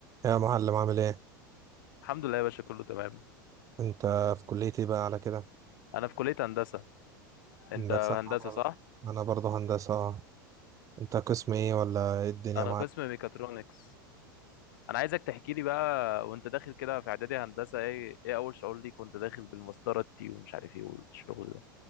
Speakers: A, on the right; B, on the left.
A: يا معلم عامل ايه
B: الحمد لله يا باشا كله تمام
A: انت في كلية ايه بقى على كده
B: انا في كلية هندسة انت
A: هندسة
B: هندسة
A: انا برضه
B: صح
A: انا برضه هندسة اه. انت قسم ايه ولا ايه الدنيا
B: انا
A: معاك
B: قسم ميكاترونكس انا عايزك تحكي لي بقى وانت داخل كده في اعدادي هندسة ايه ايه اول شعور ليك وانت داخل بالمسطرة التي ومش عارف ايه والشغل ده